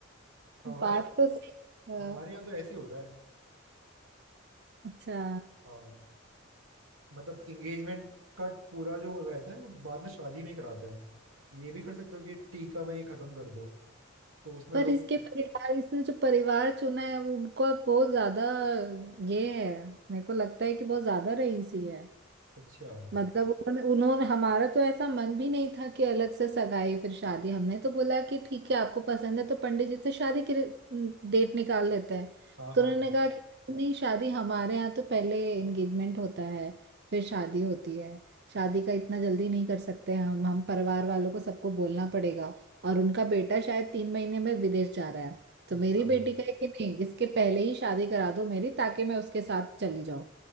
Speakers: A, on the right; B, on the right.
A: हमारे
B: बात तो सही है।
A: हमारे यहाँ तो ऐसे ही होता है
B: अच्छा
A: हाँ मतलब एंगेजमेंट का पूरा जो रहता है वो बाद में शादी में ही कराते हैं ये भी कर सकते हो कि टीका में ही खत्म कर दो तो उसमें
B: पर
A: लोग
B: इसके परिवार इसने जो परिवार चुना है वो उनको अब बहुत ज्यादा ये है मेरे को लगता है कि बहुत ज्यादा रईसी है
A: अच्छा
B: मतलब उन्होंने उन्होंने- हमारा तो ऐसा मन भी नहीं था कि अलग से सगाई फिर शादी हमने तो बोला कि ठीक है आपको पसंद है तो पंडित जी से शादी के डेट निकाल लेते हैं
A: हाँ
B: तो
A: हाँ
B: उन्होंने
A: हाँ
B: कहा कि नहीं शादी हमारे यहाँ तो पहले एंगेजमेंट होता है फिर शादी होती है शादी का इतना जल्दी नहीं कर सकते हम हम परिवार वालों को सबको बोलना पड़ेगा और उनका बेटा शायद तीन महीने में विदेश जा रहा है तो
A: अच्छा
B: मेरी बेटी का है कि नहीं इसके पहले ही शादी करा दो मेरी ताकि मैं उसके साथ चली जाऊं